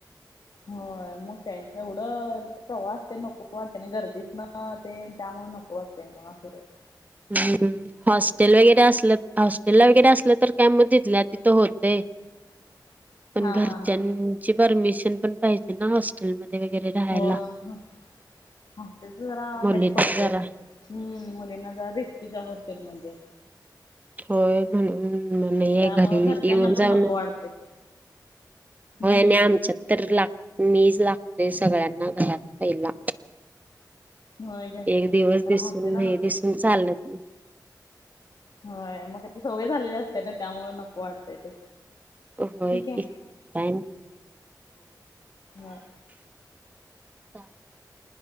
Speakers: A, on the left; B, on the right.
A: होय मग काय एवढं प्रवास ते नको वाटतय आणि गर्दीत न ते त्यामुळे नको वाटतय ना फर <unintelligible>
B: हम् हॉस्टेल वगैरे असलं हॉस्टेल वगैरे असलं तर काय म तिथल्या तिथं होतय
A: <unintelligible> <inaudible>
B: पण घरच्यांची
A: हा हा
B: परमिशन पण पाहिजे ना हॉस्टेलमध्ये वगैरे राहायला.
A: हो आमच्यात जरा
B: मुलींना
A: हेच पडतंयच
B: जरा
A: हम् मुलीना जरा भेस्कीच्या <unintelligible> हॉस्टेलमध्ये
B: होय म्हणून म ये
A: त्यामुळं
B: घरी
A: घरच्यांना
B: येऊन
A: पण
B: जाऊ
A: नको
B: ना
A: वाटतंय हम्म
B: होय आणि आमच्यात तर ला मीज लागतोय सगळ्यांना घरात पहिला
A: होय का
B: एक दिवस
A: कार
B: दिसून
A: हॉस्टेलला
B: नाही
A: नकोच
B: दिसून चालत नाही
A: होय मग आता सवय झालेली असते. ना त्यामुळे नको वाटतय ते
B: होय
A: ठीक
B: की
A: आहे
B: काय नाय
A: हा
B: <unintelligible>